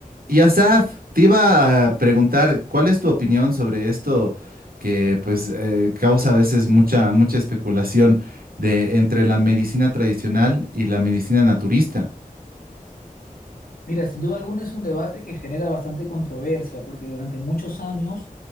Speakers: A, on the right; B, on the left.
A: Y Asaf, te iba a preguntar, ¿cuál es tu opinión sobre esto que pues eh, causa a veces mucha mucha especulación de entre la medicina tradicional y la medicina naturista?
B: Mira, sin duda alguna es un debate que genera bastante controversia, porque durante muchos años